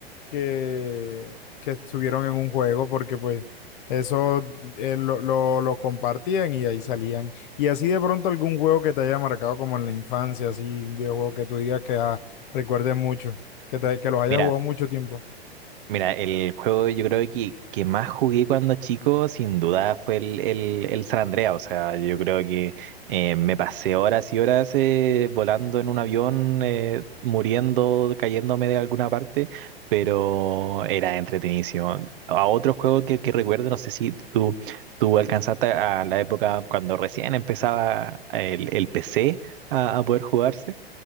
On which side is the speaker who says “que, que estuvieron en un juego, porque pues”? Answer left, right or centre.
Left